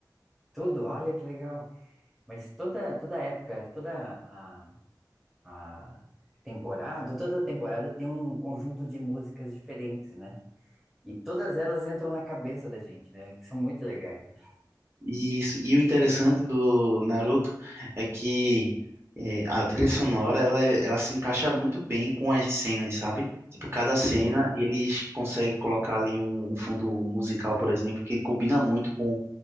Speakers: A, in the centre; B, on the right (about 35°).
A: Tudo? Olha que legal. Mas toda, toda época, toda a, a temporada, toda temporada tem um conjunto de músicas diferentes, né? E todas elas entram na cabeça da gente, né? Que são muito legais, né?
B: E, isso- e o interessante do Naruto é que é, a trilha sonora ela, ela se encaixa muito bem com as cenas, sabe? Tipo, cada cena
A: Sim,
B: eles conseguem colocar ali um, um fundo musical, por exemplo, que combina muito com